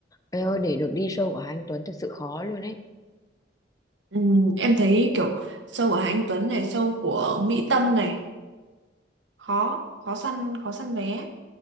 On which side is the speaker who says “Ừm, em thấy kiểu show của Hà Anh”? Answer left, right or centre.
Right